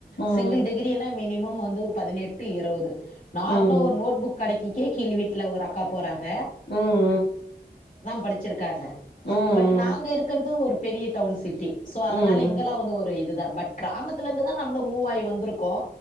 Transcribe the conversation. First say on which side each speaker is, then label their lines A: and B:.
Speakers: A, on the left; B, on the left.
A: ம்
B: சிங்கிள் டிகிரின மினிமம் வந்து பதினெட்டு இருவது நார்மலா
A: ம்
B: ஒரு நோட்புக் கடைக்கி க்கே கீழ் வீட்டல ஒரு அக்கா போறாக
A: ம்
B: படிச்சிருக்காங்க
A: ம் ம்
B: பட் நாங்க இருக்கிறது ஒரு பெரிய டவுன் சிட்டி சோ அதனால
A: ம்
B: இங்கெல்லா வந்து ஒரு இதுதா பட் கிராமத்துல இருந்துதா நம்மல்லா மூவ்வாகி வந்திருக்கோ